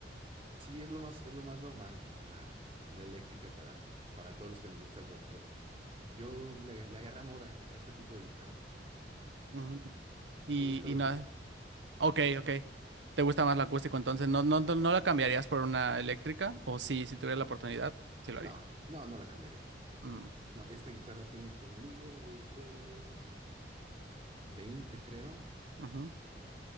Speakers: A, on the right (about 30°); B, on the right (about 85°).
A: sí, es lo más, es lo más normal, la, la eléctrica para, para todos los que nos gusta el rock, pero yo le, le agarré amor a, a ese tipo de guitarra.
B: Ujú. Y,
A: Me gusta
B: y
A: lo
B: no.
A: acústico.
B: Ok, ok. ¿Te gusta más la acústico entonces? ¿No, no, no no la cambiarías por una eléctrica? ¿O sí, si tuviera la oportunidad, sí lo
A: No,
B: haría?
A: no, no la cambiaría.
B: Mm,
A: No, esta guitarra tiene conmigo desde los 20, creo.
B: ujú.